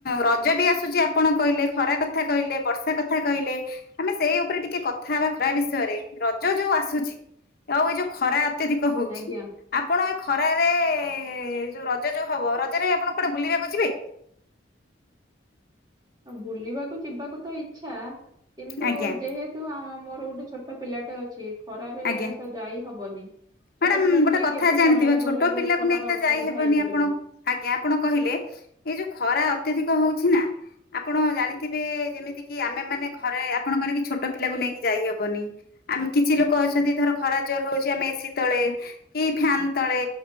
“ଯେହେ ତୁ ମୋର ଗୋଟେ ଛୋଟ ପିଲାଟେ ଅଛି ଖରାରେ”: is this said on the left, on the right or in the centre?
Right